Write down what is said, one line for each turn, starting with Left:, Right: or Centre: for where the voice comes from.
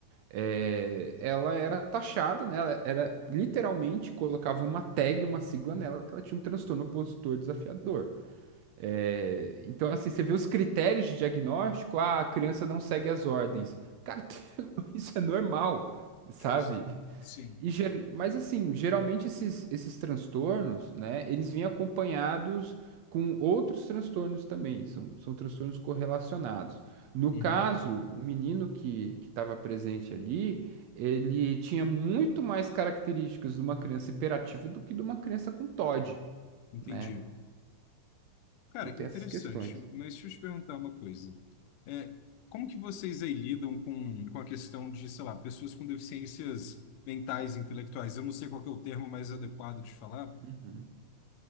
Right: é, ela era taxada, né? Ela era literalmente colocava uma tag, uma sigla nela, que ela tinha um transtorno opositor desafiador. É, Então, assim, você vê os critérios de diagnóstico, ah, a criança não segue as ordens. Cara, <laughs> isso é normal, sabe?
Left: Justo. Sim.
Right: E, ger- mas, assim, geralmente esses, esses transtornos, né, eles vêm acompanhados com outros transtornos também, são, são transtornos correlacionados. No
Left: Uhum.
Right: caso, o menino que que estava presente ali, ele tinha muito mais características de uma criança hiperativa do que de uma criança com TOD,
Left: Entendi.
Right: né?
Left: Cara,
Right: Então,
Left: interessante,
Right: tem essas questões.
Left: mas deixa eu te perguntar uma coisa. É, como que vocês aí lidam com, com a questão de, sei lá, pessoas com deficiências mentais, intelectuais? Eu não sei qual que é o termo mais adequado de falar.
Right: Uhum.